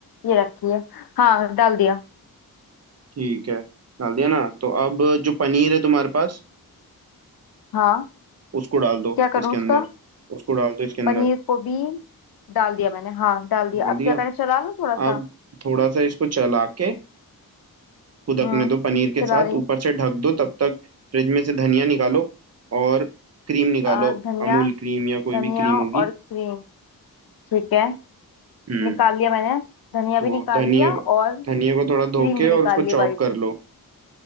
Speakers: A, on the left; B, on the right.
A: ये रखी है हाँ डाल दिया
B: ठीक है डाल दिया ना तो अब जो पनीर है तुम्हारे पास
A: हाँ
B: उसको डाल दो
A: क्या करूँ
B: इसके
A: उसका
B: अंदर उसको डाल दो इसके अंदर
A: पनीर को भी डाल दिया मैंने हाँ डाल दिया
B: डाल
A: अब
B: दिया
A: क्या करें चला लूँ थोड़ा सा
B: आप थोड़ा सा इसको चला के फुदकने
A: हम्म
B: दो पनीर के
A: चला
B: साथ
A: रही
B: ऊपर
A: हूँ
B: से ढक दो तब तक फ्रिज में से धनिया निकालो और क्रीम निकालो
A: और धनिया
B: अमूल क्रीम या कोई
A: धनिया
B: भी क्रीम
A: और
B: होगी
A: क्रीम ठीक है
B: हम्म
A: निकाल लिया मैंने धनिया भी
B: तो
A: निकाल
B: धनिया
A: लिया
B: को
A: और
B: धनिया को थोड़ा
A: क्रीम
B: धो के
A: भी निकाल
B: और उसको चॉप
A: ली वाइट
B: कर लो